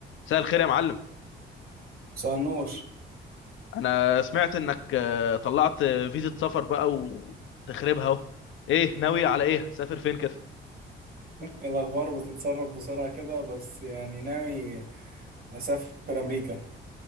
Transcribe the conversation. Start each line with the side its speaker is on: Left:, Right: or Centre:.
Left: مساء الخير يا معلم
Right: مساء النور
Left: انا سمعت انك آه، طلعت آه، فيزا سفر بقى وتخربها اهو ايه ناوي على ايه سافر فين كده
Right: إيه الأخبار بتتسرب بسرعة كده بس يعني ناوي أسافر أمريكا